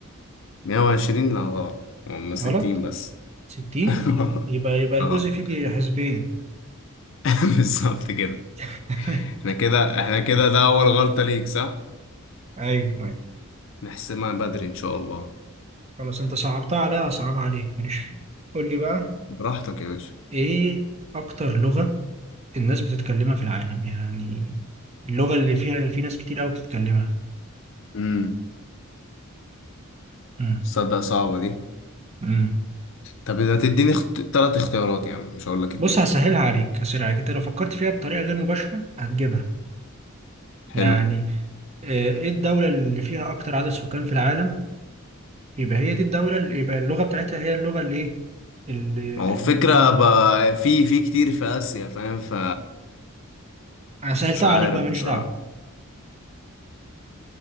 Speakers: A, on the left; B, on the right.
A: 120 لا غلط هم
B: غلط
A: 60 بس
B: 60
A: <laughs>
B: يبقى يبقى الجزء
A: اه
B: فيه حزبين
A: <laughs> بالظبط كده
B: <laughs> أيوه
A: احنا كده احنا كده ده اول غلطه ليك صح
B: أيوه
A: نحسمها بدري ان شاء الله
B: خلاص انت صعبتها عليا اصعبها عليك ماليش فيه قول لي بقى
A: براحتك يا باشا
B: ايه اكتر لغة الناس بتتكلمها في العالم يعني اللغة اللي فيها في ناس كتير قوي بتتكلمها
A: امم
B: امم
A: تصدق صعبة دي
B: امم
A: طب إذا تديني اخت... تلات اختيارات يا عم مش هقول لك اتنين
B: بص هسهلها عليك هسهلها عليك انت لو فكرت فيها بطريقة غير مباشرة هتجيبها يعني
A: حلو
B: آه، ايه الدولة اللي فيها اكتر عدد سكان في العالم يبقى هي دي الدولة اللي يبقى اللغة بتاعتها هي اللغة اللي ايه اللي
A: ما هو الفكرة
B: مم،
A: بقى في في كتير في آسيا فاهم ف
B: انا سهلتها
A: مش عارف
B: عليك بقى ماليش
A: بصراحة
B: دعوة